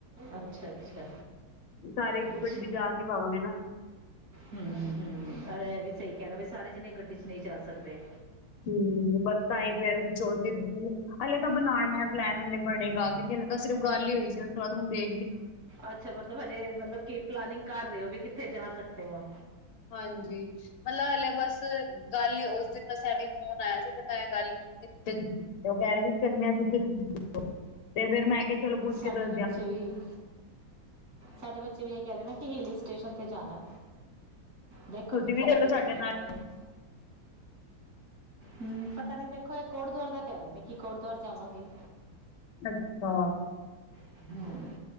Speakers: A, on the right (about 45°); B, on the left (about 80°).
A: ਅੱਛਾ ਅੱਛਾ
B: ਸਾਰੇ ਇੱਕੋ
A: ਅੱਛਾ
B: ਗੱਡੀ ਜਾ ਨਹੀਂ ਪਾਵਾਂਗੇ ਨਾ
A: ਹੂੰ ਹੂੰ ਔਰ ਇਹ ਵੀ ਸਹੀ ਕਹਿਣਾ ਵੀ ਸਾਰੇ ਜਣੇ ਗੱਡੀ ਚ ਨਹੀਂ ਜਾ ਸਕਦੇ।
B: ਹਮ, ਬਸ ਤਾਂ ਹੀ ਫਿਰ ਅਸੀਂ ਸੋਚ ਹੀ ਰਹੇ ਸੀ ਹਲੇ ਤਾਂ ਬਣਾਣਾ ਪਲੈਨ ਹਲੇ ਬਣੇਗਾ ਕਿ ਹਲੇ ਤਾਂ ਸਿਰਫ ਗੱਲ ਹੀ ਹੋਈ ਸੀ ਉਸ ਤੋਂ ਬਾਅਦ ਹੁੰਦੇ
A: ਅੱਛਾ ਮਤਲਬ ਹਜੇ ਮਤਲਬ ਕੀ ਪਲਾਨਿੰੰਗ ਕਰ ਰਹੇ ਹੋ ਵੀ ਕਿੱਥੇ ਜਾ ਸਕਦੇ ਹਾਂ।
B: ਹਾਂਜੀ, ਮਤਲਬ ਹਲੇ ਬਸ ਗੱਲ ਹੀ ਉਸ ਦਿਨ ਬਸ ਐਵੇ ਫੋਨ ਆਇਆ ਸੀ ਤੇ ਮੈਂ ਗੱਲ ਕੀਤੀ ਚ <unintelligible> ਤੇ ਫੇਰ ਮੈਂ ਕਿਹਾ ਚਲੋ ਪੁੱਛ
A: ਸਾਡੇ
B: ਕੇ ਦੱਸਦੇ
A: ਬੱਚੇ
B: ਆਂ
A: ਵੀ ਸਾਡੇ ਬੱਚੇ ਵੀ ਇਹ ਕਹਿ ਰਹੇ ਨਾ ਕਿ ਹਿੱਲ ਸਟੇਸ਼ਨ ਤੇ ਜਾਣਾ। ਦੇਖੋ
B: ਤੁਸੀਂ
A: ਕਿੱਥੇ
B: ਵੀ
A: ਲੈ
B: ਚਲੋ
A: ਕੇ ਜਾਂਣੇ
B: ਸਾਡੇ ਨਾਲ
A: ਇਹਨਾਂ ਨੇ ਹੂੰ, ਪਤਾ ਨੀ ਦੇਖੋ ਇਹ ਗੁਰੂ ਦੁਆਰ ਦਾ ਕਹਿ ਰਹੇ ਨੇ ਕੀ ਗੁਰੂ ਦੁਆਰ ਜਾਵਾਂਗੇ।
B: ਅੱਛਾ।
A: ਹੂੰ।